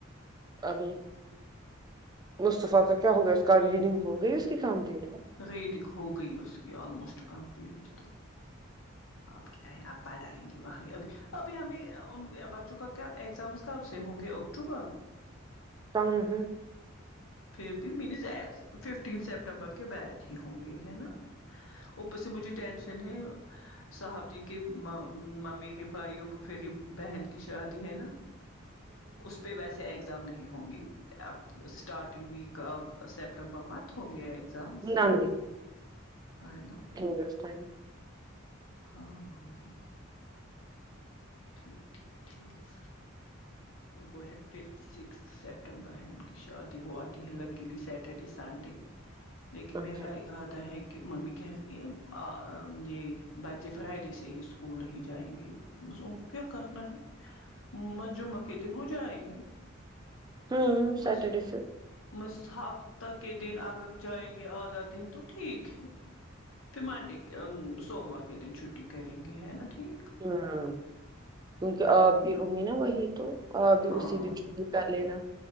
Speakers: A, on the right; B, on the left.
A: ابھی مصطفے کا کیا ہو گیا اس کا ریڈنگ ہو گئی اس کی کامپلیٹ ہے
B: ریڈنگ ہو گئی اس کی آلموسٹ کمپلیٹ تو آپ کیا ہے آپ پڑھائیں گے بھائی ابھی ابھی ہمیں ان بچوں کا کیا ایگزام کب سے ہوں گے اکتوبر
A: پتہ نہیں
B: پھر بھی مینس ا ففٹین سپٹمبر کے بعد ہی ہوں گے ہے نا اوپر سے مجھے ٹینشن ہے صاحب جی کے م مامرے بھائی اور پوپھیرے بہن کی شادی ہے نا اس پہ ویسے ایگزام نہیں ہوں گی اب س اسٹارٹنگ ویک آف سپٹمبر منت ہوگیا ایگزامس
A: نہ نہ
B: ہے نہ ابھی
A: نیکسٹ ٹائم
B: ہاں وہی ٹھیک ٹھیک ٹھیک ان کو ہے ففتھ سکستھ سپٹمبر ہیں ان کی شادی وہ آتی ہیں لکیلی سیٹرڈے سنڈے لیکن میرا
A: اچھا
B: ارادہ ہے کہ ممی کہہ رہی ہے ا یہ بچے فرائیڈے سے ہی اسکول نہیں جائیں گے بس ان کو کیا کرنا ہے م جمعہ کے دن وہ جائیں گے
A: ہوں سیٹرڈے
B: بس
A: سے
B: بس ہفتہ کے دن اگر جائیں گے آدھا دن تو ٹھیک ہے پھر منڈے کے سوموا کے دن چھٹی کریں گے ہے نا ٹھیک
A: ہوں کیونکہ آپ بھی ہوں گی نا وہی تو آپ بھی
B: ہاں
A: اسی دن چھٹی کر لینا